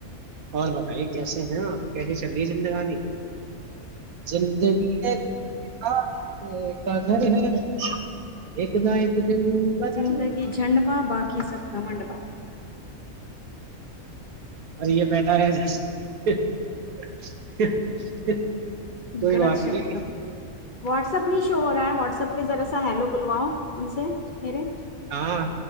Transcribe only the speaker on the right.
اور بتے کیسے ہیں آپ کیسے چل رہی ہے زندگانی زندگی یہ کاجر ہے <unintelligible> نہ ایک دن بدل
اور یہ بیٹا ہے <unintelligible>
کوئی بات
نہیں
ہاں